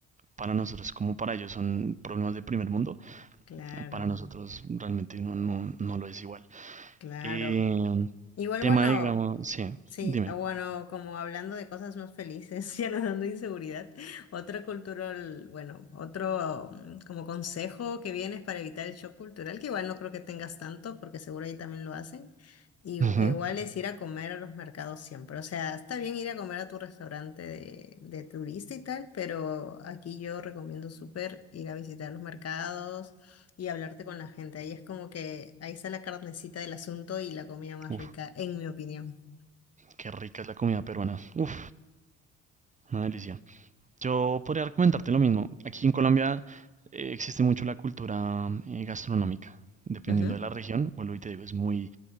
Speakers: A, on the right (about 20°); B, on the left (about 45°).
A: para nosotros como para ellos son problemas de primer mundo,
B: Claro,
A: para nosotros realmente no, no, no lo es igual.
B: claro.
A: Eh,
B: Igual,
A: tema,
B: bueno.
A: digamos, sí,
B: Sí,
A: dime.
B: ah, bueno, como hablando de cosas más felices, <laughs> ya no dando inseguridad, otro cultural, bueno, otro mm, como consejo que vienes para evitar el shock cultural, que igual no creo que tengas tanto, porque seguro ahí también lo hacen, y
A: Ujú.
B: u- e igual es ir a comer a los mercados siempre, o sea, está bien ir a comer a tu restaurante de, de turista y tal, pero aquí yo recomiendo súper ir a visitar los mercados y hablarte con la gente, ahí es como que ahí está la carnecita del asunto y la comida más
A: Uf,
B: rica, en mi opinión.
A: qué rica es la comida peruana. Uf, una delicia. Yo podría recomendarte lo mismo. Aquí en Colombia eh, existe mucho la cultura eh, gastronómica. Dependiendo
B: Ajá.
A: de la región, vuelvo y te digo, es muy,